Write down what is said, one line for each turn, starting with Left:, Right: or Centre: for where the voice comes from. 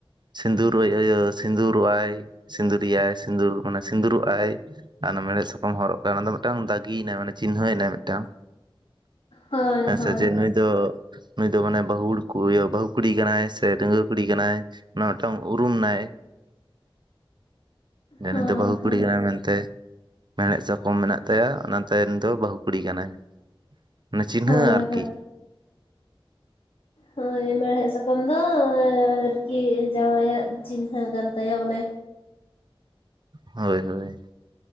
Right: ᱥᱤᱸᱫᱩᱨ ᱟᱹᱭ ᱟᱹᱭᱟᱹ ᱥᱤᱸᱫᱩᱨᱚᱜ ᱟᱭ ᱥᱤᱸᱫᱩᱨᱤᱭᱟᱭ ᱥᱤᱸᱫᱩᱨ ᱢᱟᱱᱮ ᱥᱤᱸᱫᱩᱨᱚᱜ ᱟᱭ᱾ ᱟᱨ ᱚᱱᱟ ᱢᱮᱲᱦᱮᱫ ᱥᱟᱠᱟᱢ ᱦᱚᱨᱚᱜ ᱠᱟᱛᱮ ᱚᱱᱟ ᱫᱚ ᱢᱤᱫᱴᱟᱝ ᱫᱟᱜᱤᱭᱮᱱᱟᱭ ᱢᱟᱱᱮ ᱪᱤᱱᱦᱟᱹᱮᱱᱟᱭ ᱢᱤᱫᱴᱟᱝ᱾
Left: ᱦᱳᱭ
Right: ᱦᱮᱸᱥᱮ
Left: ᱦᱳᱭ
Right: ᱡᱮ ᱱᱩᱭ ᱫᱚ ᱱᱩᱭ ᱫᱚ ᱢᱟᱱᱮ ᱵᱟᱹᱦᱩ ᱠᱩ ᱤᱭᱟᱹ ᱵᱟᱹᱦᱩ ᱠᱩᱲᱤ ᱠᱟᱱᱟᱭ ᱥᱮ ᱰᱟᱺᱜᱽᱣᱟᱹ ᱠᱩᱲᱤ ᱠᱟᱱᱟᱭ, ᱚᱱᱟ ᱢᱤᱫᱴᱟᱝ ᱩᱨᱩᱢ ᱱᱟᱭ᱾ ᱡᱮ
Left: ᱦᱚᱸ
Right: ᱩᱱᱤ ᱫᱚ ᱵᱟᱹᱦᱩ
Left: ᱦᱚᱸ
Right: ᱠᱩᱲᱤ ᱠᱟᱱᱟᱭ ᱢᱮᱱᱛᱮ᱾ ᱢᱮᱲᱦᱮᱫ ᱥᱟᱠᱚᱢ ᱢᱮᱱᱟᱜ ᱛᱟᱭᱟ ᱚᱱᱟ ᱛᱟᱭᱮᱱ ᱫᱚ ᱵᱟᱹᱦᱩ ᱠᱩᱲᱤ ᱠᱟᱱᱟᱭ ᱚᱱᱮ ᱪᱤᱱᱦᱟᱹ
Left: ᱦᱳᱭ
Right: ᱟᱨᱠᱤ᱾
Left: ᱦᱳᱭ ᱦᱳᱭ ᱢᱮᱲᱦᱮᱫ ᱥᱟᱠᱟᱢ ᱫᱚ ᱟᱨᱠᱤ ᱡᱟᱶᱟᱭᱟᱜ ᱪᱤᱱᱦᱟᱹ ᱠᱟᱱ ᱛᱟᱭᱟ ᱵᱚᱞᱮ᱾
Right: ᱦᱳᱭ ᱦᱳᱭ᱾